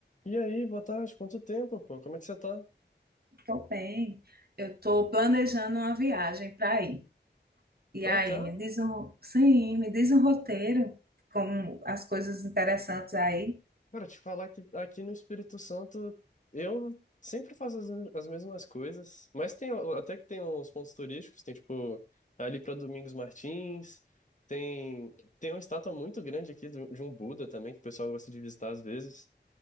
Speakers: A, on the left (about 40°); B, on the right (about 55°).
A: E aí, boa tarde, quanto tempo, pô? Como é que você tá?
B: Tô bem. Eu tô planejando uma viagem para ir. E
A: Pra
B: aí,
A: cá?
B: me diz um, sim, me diz um roteiro com as coisas interessantes aí.
A: Cara, te falar que aqui no Espírito Santo eu sempre faço as, as mesmas coisas, mas tem até que tem uns pontos turísticos, tem tipo ali pra Domingos Martins, tem tem uma estátua muito grande aqui do- de um Buda também, que o pessoal gosta de visitar às vezes.